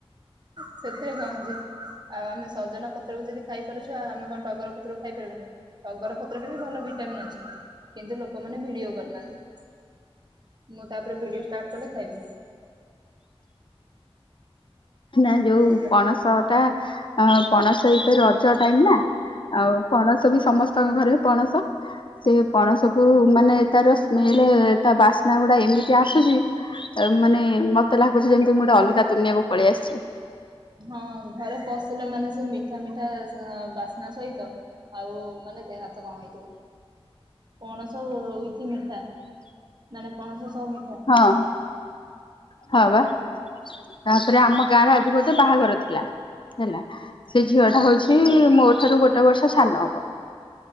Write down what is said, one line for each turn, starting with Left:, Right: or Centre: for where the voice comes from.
Right: ସେଥିରେ ଚାହୁଁନ୍ତି ଆଉ ଆମେ ସଜନ ପତ୍ରକୁ ଯଦି ଖାଇପାରୁଛୁ ଆଉ ଆମେ କଣ ଟଗର ପତ୍ରକୁ ଖାଇ ପାରିବୁନି ଅଗର ପତ୍ରରେ ବି ଭଲ ଭିଟାମିନ୍ ଅଛି କିନ୍ତୁ ଲୋକମାନେ ଭିଡିଓ କରିଥାହାନ୍ତି ମୁଁ ତାପରେ ଭିଡିଓ ଷ୍ଟାର୍ଟ କଲେ ଖାଇବି
Left: ନା ଯୋଉ
Right: ବୁଝିଲ।
Left: ପଣସ ଟା ପଣସ ଏବେ ରଜ ଟାଇମ ନା ଆଉ ପଣସ ବି ସମସ୍ତଙ୍କ ଘରେ ପଣସ ସେ ପଣସ କୁ ମାନେ ତାର ସ୍ମେଲ ତା ବାସ୍ନା ଗୁଡା ଏମିତି ଆସୁଛି ମାନେ ମତେ ଲାଗୁଛି ଯେମିତି ମୁଁ ଗୋଟେ ଅଲଗା ଦୁନିଆକୁ ପଳେଇ ଆସିଛି
Right: ହଁ ଘରେ ପଶିଲେ ମାନେ ସେ ମିଠା ମିଠା ବାସ୍ନା ସହିତ ଆଉ ମାନେ ଦେହ ହାତ କଣ ହେଇଯିବ ପଣସ ଇଛି ମିଠା ମାନେ ପଣସ ସହ ମିଠା
Left: ହଁ ହଁ ବା ତାପରେ ଆମ ଗାଁରେ ଆଜି ଗୋଟେ ବାହାଘର ଥିଲା ହେଲା ସେ
Right: ହଁ
Left: ଝିଅ ଟା ହଉଛି ମୋ ଠାରୁ ଗୋଟେ ବର୍ଷ ସାନ ହବ